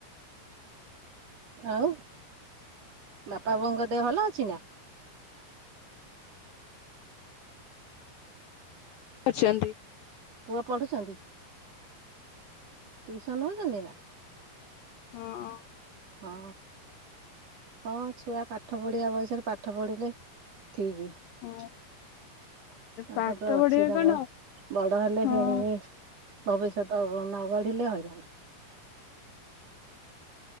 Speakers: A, on the right; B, on the left.
A: ଆଉ ବାପା ବୋଉଙ୍କ ଦେହ ଭଲ ଅଛି ନା?
B: ଅଛନ୍ତି।
A: ପୁଅ ପଢ଼ୁଛନ୍ତି? ଟିଉସନ୍ ହୋଉଚନ୍ତି ନା?
B: ହଁ।
A: ହଁ। ହଁ ଛୁଆ ପାଠ ପଢିଆ ବୟସରେ ପାଠ ପଢିଲେ ଠିକ୍।
B: ହଁ
A: ତାଙ୍କର
B: ପାଠ
A: ତ
B: ପଢିବେ
A: ଅଛି ତାଙ୍କର
B: କଣ
A: ବଡ ହେଲେ
B: ହଁ
A: କିଣିବି ଭବିଷ୍ୟତ ନ ଗଢିଲେ ହଇରାଣ।